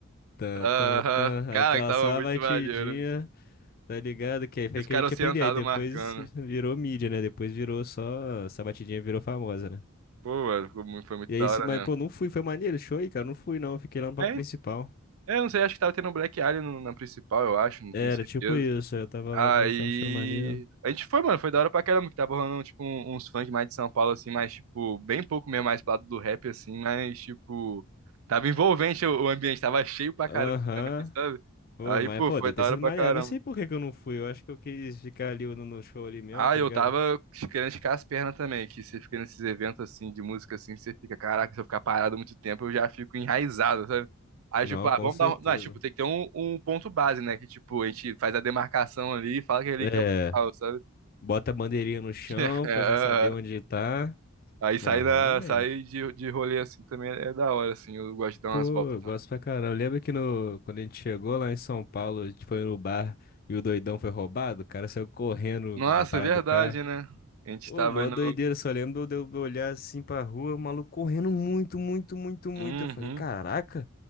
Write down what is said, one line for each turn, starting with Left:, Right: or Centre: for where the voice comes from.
Left: tan,
Right: Aham.
Left: tan, tan,
Right: Cara,
Left: aquela
Right: que tava
Left: só
Right: muito
Left: a batidinha,
Right: maneiro.
Left: tá ligado? Que aí foi
Right: Esse
Left: que
Right: cara
Left: a gente
Right: sentado
Left: aprendeu. Aí depois
Right: marcando.
Left: virou mídia, né? Depois virou só, essa batidinha virou famosa, né?
Right: Pô, mano, ficou muito- foi muito
Left: E aí,
Right: da hora
Left: se, mas,
Right: mesmo.
Left: pô, não fui, foi maneiro, show aí, cara, não fui não, fiquei lá no palco
Right: É,
Left: principal.
Right: eu não sei, acho que tava tendo um Black Alien no- na principal, eu acho, não
Left: Era
Right: tenho certeza.
Left: tipo isso, aí eu tava
Right: Aí.
Left: lá vendo, tava achando maneiro.
Right: A gente foi, mano, foi da hora pra caramba, que tava rolando, tipo, um- uns funk mais de São Paulo, assim, mais, tipo, bem pouco mesmo, mais pro lado do rap, assim, mas, tipo. Tava envolvente o o ambiente, tava cheio pra
Left: Aham,
Right: caramba também, sabe?
Left: Foi,
Right: Aí,
Left: mas,
Right: pô,
Left: pô,
Right: foi
Left: deve
Right: da
Left: ter
Right: hora
Left: sido
Right: pra
Left: maneiro,
Right: caramba.
Left: não sei por que que eu não fui, eu acho que eu quis ficar ali no, no show ali mesmo,
Right: Ah,
Left: tá
Right: eu
Left: ligado?
Right: tava querendo esticar as pernas também, que você fica nesses eventos assim de música assim, você fica, caraca, se eu ficar parado muito tempo, eu já fico enraizado, sabe? Aí,
Left: Não,
Right: tipo, ah,
Left: com
Right: vamos
Left: certeza.
Right: dar. um- Não, é, tipo, tem que ter um, um ponto base, né? Que, tipo, a gente faz a demarcação ali e fala que é ali
Left: É,
Right: que é o local, sabe?
Left: bota a bandeirinha no chão
Right: <laughs> É, aham.
Left: pra já saber onde tá.
Right: aí sair
Left: Não, realmente.
Right: da, sair de, de rolê assim também é da hora, assim. Eu gosto de dar
Left: Pô,
Right: umas voltas
Left: eu
Right: também.
Left: gosto pra caramba. Lembra que no, quando a gente chegou lá em São Paulo, a gente foi no bar e o doidão foi roubado? O cara saiu correndo
Right: Nossa,
Left: com a parada
Right: é verdade,
Left: do carro.
Right: né? A gente
Left: Ô,
Right: tava
Left: mó
Right: indo.
Left: doideira, só lembro de eu olhar assim pra rua, o maluco correndo muito, muito, muito, muito.
Right: Uhum.
Left: Eu falei, caraca,